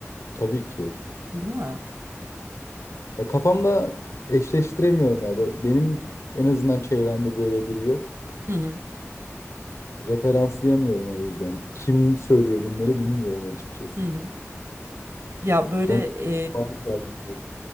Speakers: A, on the left (about 70°); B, on the right (about 65°).
A: Tabii ki.
B: Değil mi?
A: Ya kafamda eşleştiremiyorum ya. Böyle- Benim en azından çevremde böyle biri yok.
B: Hı hı.
A: Referanslayamıyorum o yüzden. Kim söylüyor bunları bilmiyorum açıkçası.
B: Hı hı. Ya böyle
A: Bana
B: e,
A: <laughs>